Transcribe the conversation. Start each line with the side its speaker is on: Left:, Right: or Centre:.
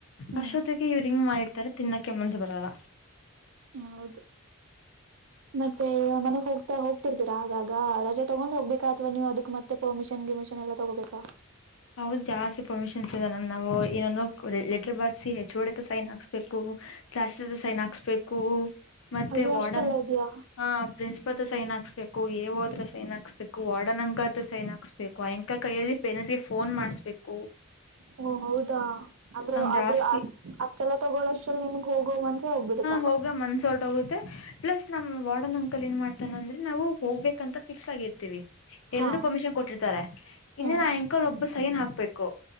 Right: ಹ್ಮ್
Left: ಅಷ್ಟೊತ್ತಗೆ ಇವ್ರು ಇಂಗ್ ಮಾಡಿ ತಿನ್ನಕ್ಕೆ ಮನ್ಸು ಬರಲ್ಲ
Right: ಹೌದು
Left: <inaudible>
Right: ಮತ್ತೆ ಮನೆಗ್ ಹೋಗ್ತಾ ಹೋಗ್ತಿರ್ತೀರಾ ಆಗಾಗ ರಜೆ ತೊಗೊಂಡ್ ಹೋಗ್ಬೇಕಾ ಅಥವಾ ನೀವು ಅದಕ್ ಮತ್ತೆ ಪರ್ಮಿಷನ್ ಗಿಮಿ ಷ ಎಲ್ಲ ತಗೋಬೇಕಾ
Left: ಹೌದು ಜಾಸ್ತಿ ಪರ್ಮಿಷನ್ಸ್ ಇದೆ ನಮ್ ಏನು ಲೆಟರ್ ಬರ್ದು ಎಚ್ ಓ ಡಿ ಹತ್ತಿರ ಸೈನ್ ಹಾಕ್ಸ್ಬೇಕು ಕ್ಲಾಸ್ಸ್ ಟೀಚರ್ ಹತ್ತಿರ ಸೈನ್ ಹಾಕಿಸಬೇಕು ಮತ್ತೆ
Right: ಅಯ್ಯೋ
Left: ವಾರ್ಡನ್
Right: ಅಷ್ಟೆಲ್ಲ ಇದ್ಯಾ
Left: ಹ ಪ್ರಿನ್ಸ್ ಸೈನ್ ಹಾಕ್ಸ್ಬೇಕು ಏ ಹೋ ಹತ್ರ ಸೈನ್ ಹಾಕ್ಸ್ಬೇಕು ವಾರ್ಡನ್ ಅಂಕ ಹತ್ರ ಸೈನ್ ಹಾಕ್ಸ್ಬೇಕು ಅ ಅಂಕಲ್ ಕೈಯ ಪೆನ್ ಫೋನ್ ಮಾಡಿಸ್ಬೇಕು
Right: ಓ ಹೌದಾ ಅಂದ್ರೆ
Left: ಜಾಸ್ತಿ
Right: ಆದ್ರ ಅ ಅಷ್ಟೆಲ್ಲ ತಗೋಳಷ್ಟಲ್ಲ ನಿಮ್ಗೆ ಹೋಗೋ ಮನ್ಸೆ ಹೋಗ್ಬಿಡುತ್ತೆ
Left: ಹೋಗೊ ಮನ್ಸ ಹೊರಟುಹೋಗುತ್ತೆ ಪ್ಲಸ್ ನಮ್ಮ್ ವಾರ್ಡನ್ ಅಂಕಲ್ ಏನ್ ಮಾಡ್ತಾನ ಅಂದ್ರೆ ನಾವು ಹೋಗ್ಬೇಕಂತ ಫಿಕ್ಸ್ ಆಗಿರ್ತೀವಿ ಎಲ್ರೂ
Right: ಹಾ
Left: ಪರ್ಮಿಷನ್ ಕೊಟ್ಟಿರ್ತಾರೆ ಇನ್ನೇನು
Right: ಹ್ಮ್
Left: ಆ ಅಂಕಲ್ ಒಬ್ಬ ಸೈನ್ ಹಾಕ್ಬೇಕು